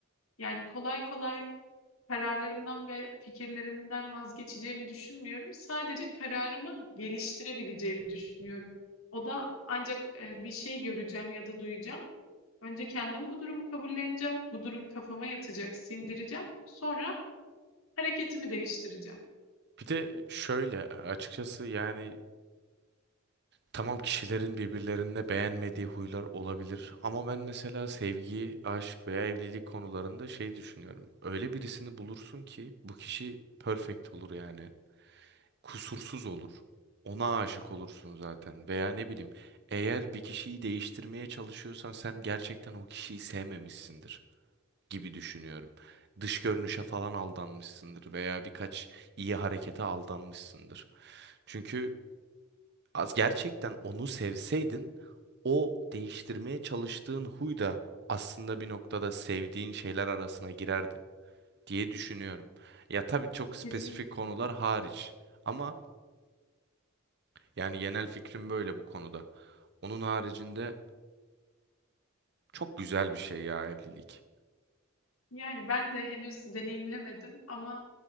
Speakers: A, on the left; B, on the right.
A: Yani kolay kolay kararlarımdan ve fikirlerimden vazgeçeceğimi düşünmüyorum. Sadece kararımı geliştirebileceğimi düşünüyorum. O da ancak e, bir şey göreceğim ya da duyacağım. Önce kendim bu durumu kabulleneceğim. Bu durum kafama yatacak, sindireceğim. Sonra hareketimi değiştireceğim.
B: Bir de şöyle açıkçası yani Tamam kişilerin birbirlerine beğenmediği huylar olabilir ama ben mesela sevgi, aşk veya evlilik konularında şey düşünüyorum. Öyle birisini bulursun ki bu kişi perfect olur yani. Kusursuz olur. Ona aşık olursun zaten veya ne bileyim eğer bir kişiyi değiştirmeye çalışıyorsan sen gerçekten o kişiyi sevmemişsindir gibi düşünüyorum. Dış görünüşe falan aldanmışsındır veya birkaç iyi harekete aldanmışsındır. Çünkü az gerçekten onu sevseydin o değiştirmeye çalıştığın huy da aslında bir noktada sevdiğin şeyler arasına girerdi diye düşünüyorum. Ya tabii çok spesifik
A: Kesinlikle.
B: konular hariç ama yani genel fikrim böyle bu konuda. Onun haricinde çok güzel bir şey ya evlilik.
A: Yani ben de henüz deneyimlemedim ama